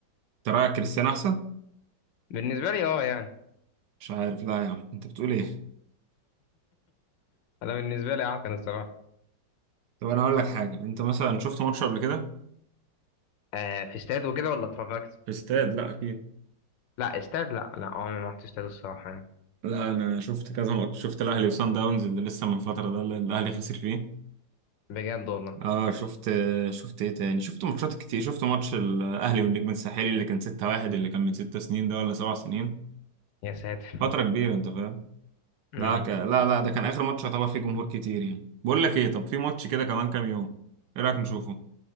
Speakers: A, on the right; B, on the left.
A: انت رايك كريستيانو احسن
B: <laughs> بالنسبه لي اه يعني
A: مش عارف لا يا عم انت بتقول ايه
B: انا بالنسبه لي اعتقد الصراحه
A: طب انا اقول لك حاجه انت مثلا شفت ماتش قبل كده
B: آه في استاد وكده ولا اتفرجت
A: في استاد لا اكيد
B: لا استاد لا لا عمري ما رحت استاد الصراحه يعني
A: لا انا شفت كذا ماتش شفت الاهلي وصن داونز اللي لسه من فتره ده اللي الاهلي خسر فيه
B: بجد والله
A: اه شفت شفت ايه تاني شفت ماتشات كتير شفت ماتش الاهلي والنجم الساحلي اللي كان 6-1 اللي كان من ست سنين ده ولا سبع سنين
B: يا ساتر
A: فترة كبيرة انت فاهم
B: <laughs>
A: لا ك... لا لا ده كان اخر ماتش يعتبر فيه جمهور كتير يعني بقول لك ايه طب في ماتش كده كمان كام يوم ايه رايك نشوفه